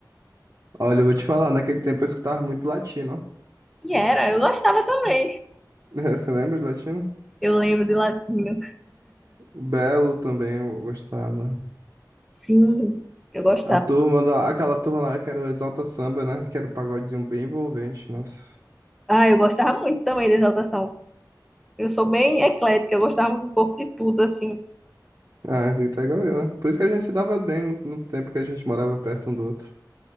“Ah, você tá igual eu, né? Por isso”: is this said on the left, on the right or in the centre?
Right